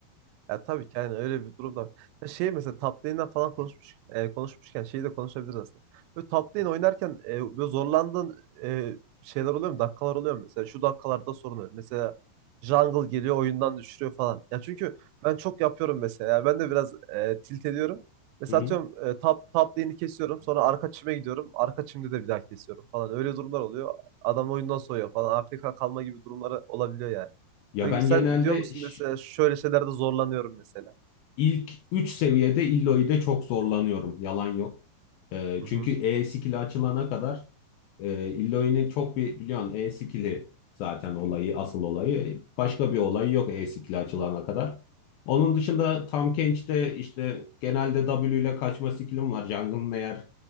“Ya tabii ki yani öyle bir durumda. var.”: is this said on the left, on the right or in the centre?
Right